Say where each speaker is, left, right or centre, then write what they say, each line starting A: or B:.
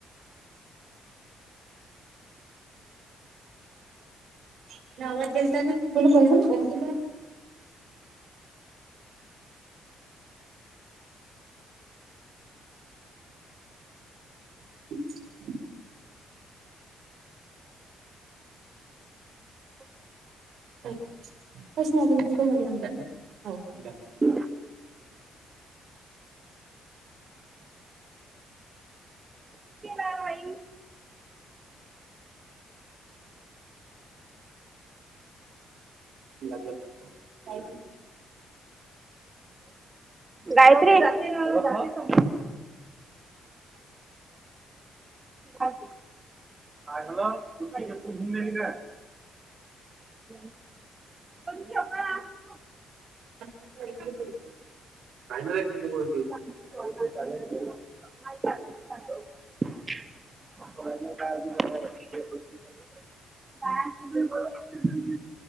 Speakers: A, on the right; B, on the right.
A: मुले आवांज देलतानां कोणी बोलतं नां ते <unintelligible>
B: ब <unintelligible>
A: कांहींच नाहीं होतं प्रश होवं
B: हं लां माई
A: लागंल तरं कायं बी
B: गायत्री वरी हं हॅलो कुठं कांय झालं म्हंण आपणं
A: कायं नाहीं कली बोलती
B: चां कां <unintelligible> कायं